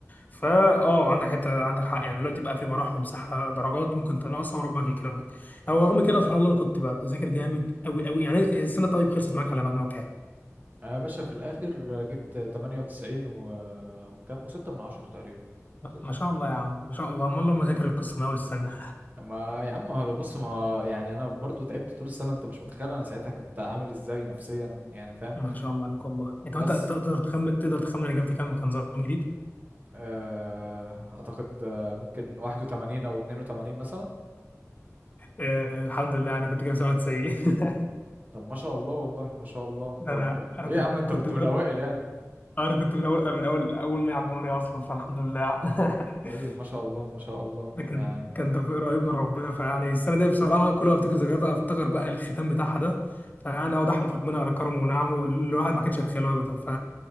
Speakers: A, on the left; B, on the right.
A: فا اه عندك حته عندك حق يعني دلوقتي بقى في براح ومساحه درجات ممكن تنقصها وربك يكرمك او رغم كده سبحان الله انا كنت بقى بذاكر جامد قوي قوي يعني السنه طيب خلصت معاك على مجموع كام؟
B: يا باشا في الآخر جبت 98 و... وكام وستة من عشرة تقريبا ستة
A: ما شاء
B: من عشرة
A: الله يا عم ما شاء الله امال لو مذاكر القصه من اول السنه
B: ما يا عم هذا بص ما يعني أنا برضو تعبت طول السنة أنت مش متخيل أنا ساعتها كنت عامل إزاي نفسيا يعني
A: <laughs>
B: فاهم
A: ما شاء الله عليك والله انت
B: بس
A: وانت تقدر تخمن تقدر تخمن أنا جبت كام كان نظام جديد
B: آه، أعتقد آه، ممكن 81 أو 82 مثلا
A: آه الحمد لله انا كنت جايب 97 <laughs>
B: طب ما شاء الله والله ما شاء الله
A: ده
B: طب
A: انا
B: إيه
A: انا كنت
B: يا عم أنت
A: كنت
B: كنت من الأوائل يعني
A: انا كنت من اول من اول اول 100 على الجمهوريه اصلا فالحمد لله يعني <laughs>
B: طيب ما شاء الله ما شاء الله
A: ده كان
B: يعني
A: كان توفيق رهيب من ربنا فيعني السنه دي بصراحه كل ما افتكر ذكرياتها افتكر بقى الختام بتاعها ده فيعني اقعد احمد ربنا على كرمه ونعمه اللي الواحد ما كانش يتخيله ابدا ف